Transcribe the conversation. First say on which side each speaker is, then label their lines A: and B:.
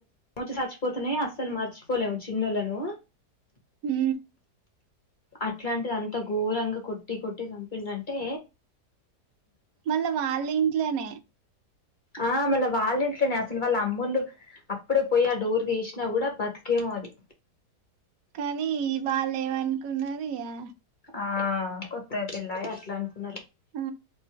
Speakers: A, on the left; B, on the right.
A: వచ్చి చచ్చిపోతునే అస్సలు మర్చిపోలేము చిన్నోలను,
B: హు
A: అట్లాంటిది అంత ఘోరంగా కొట్టి కొట్టి చంపిండ అంటే
B: మళ్ళా వాళ్ళ ఇంట్లోనే
A: ఆ మళ్ళీ వాళ్ళ ఇంట్లోనే అసలు వాళ్ళ అమ్మళ్లు అప్పుడే పోయి ఆ డోర్ తీసినా కూడా బతికేమో అది,
B: కానీ వాళ్ళు ఏమనుకున్నరు ఇగా
A: ఆ కొత్త గా పెళ్లి అయి అట్లా అనుకున్నారు.
B: ఆ